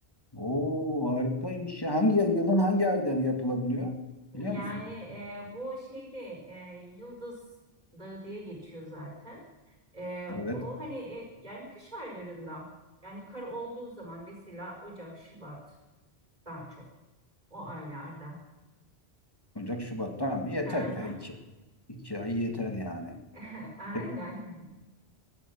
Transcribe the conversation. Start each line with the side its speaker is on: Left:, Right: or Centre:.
Left: Oo harikaymış ya. Hangi yılın hangi ayları yapılabiliyor?
Right: Yani
Left: Biliyor musun?
Right: e, bu şeyde e, Yıldız Dağı diye geçiyor zaten. E, o
Left: Evet.
Right: hani e, yani kış aylarında yani kar olduğu zaman mesela Ocak, Şubat daha çok o aylarda.
Left: Ocak, Şubat. Tamam yeter
Right: Hı hı.
Left: ya. İki, iki ay yeter yani.
Right: <laughs> Aynen.
Left: Peki